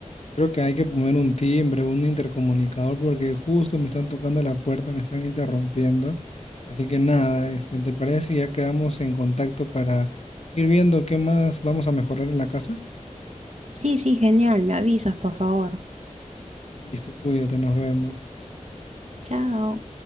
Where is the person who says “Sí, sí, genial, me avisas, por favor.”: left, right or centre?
Right